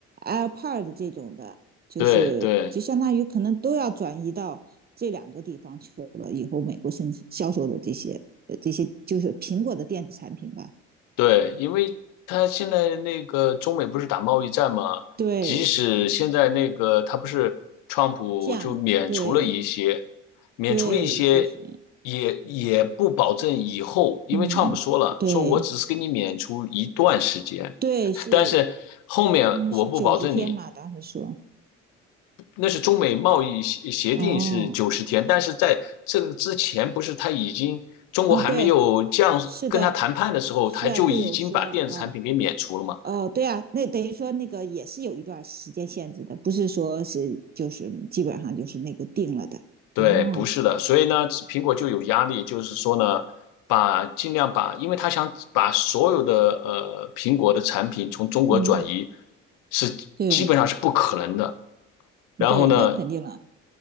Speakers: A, on the right; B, on the left.
A: AirPod 这种的，就是就相当于可能都要转移到。
B: 对对。
A: 这两个地方去了以后，美国生产销售的这些呃这些就是苹果的电子产品吧，
B: 对，因为他现在那个中美不是打贸易战嘛，
A: 对
B: 即使现在那个他不是川普就免除了一些，
A: 酱，对
B: 免除了一些，
A: 对这些，
B: 也也不保证以后，因为川普说了，
A: 嗯，对
B: 说我只是给你免除一段时间，
A: 对是
B: 但是后面我不保证你。
A: 因为是九十天嘛，当时说
B: 那是中美贸易协协定是九十天，
A: 哦
B: 但是在这个之前，不是他已经中国还没有降跟他谈判的时候，
A: 啊对是的是啊就有说哦
B: 他就已经把电子产品给免除了吗？
A: 哦对啊，那等于说那个也是有一段时间限制的，不是说是就是基本上就是那个定了的哦，
B: 对，不是的，所以呢，苹果就有压力，就是说呢，把尽量把，因为他想把所有的呃苹果的产品从中国转移，
A: 嗯
B: 是基本上是不可能的。
A: 对
B: 然后呢，
A: 对那肯定了，